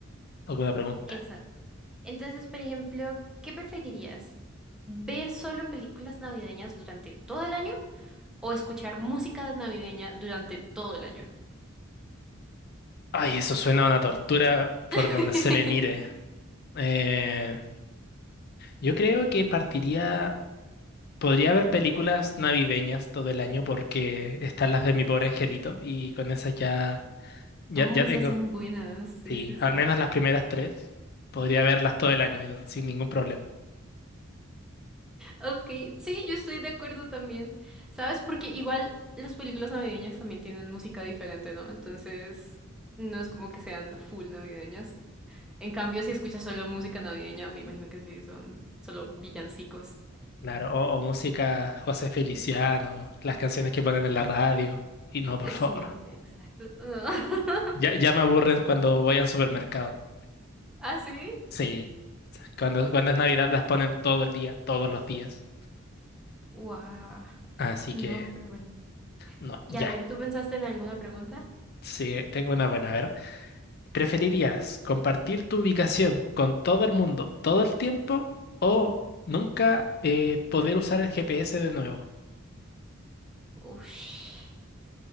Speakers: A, on the left; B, in the centre.
A: alguna pregunta.
B: eso. Entonces, por ejemplo, ¿qué preferirías? ¿Ver solo películas navideñas durante todo el año o escuchar música navideña durante todo el año?
A: Ay, eso suena a una tortura por
B: <laughs>
A: donde se le mire. Eh, yo creo que partiría... Podría haber películas navideñas todo el año porque están las de Mi Pobre Angelito y con esas ya, ya,
B: Oh,
A: ya
B: esas
A: tengo.
B: son buenas. Sí,
A: Sí,
B: sí, sí.
A: al menos las primeras tres. Podría verlas todo el año yo, sin ningún problema.
B: Ok, sí, yo estoy de acuerdo también. ¿Sabes? Porque igual las películas navideñas también tienen música diferente, ¿no? Entonces, no es como que sean full navideñas. En cambio, si escuchas solo música navideña, me imagino que sí, son solo villancicos.
A: Claro, o, o música José Feliciano, las canciones que ponen en la radio. Y no, por
B: Eh,
A: favor.
B: Sí, exacto. No. <laughs>
A: Ya, ya me aburren cuando voy al supermercado.
B: ¿Ah, sí?
A: Sí, cuando, cuando es Navidad las ponen todo el día, todos los días.
B: Guau.
A: Así
B: No,
A: que,
B: pero bueno.
A: no,
B: Y
A: ya.
B: a ver, ¿tú pensaste en alguna pregunta?
A: Sí, tengo una buena. A ver, ¿preferirías compartir tu ubicación con todo el mundo todo el tiempo o nunca eh, poder usar el GPS de nuevo?
B: Uf,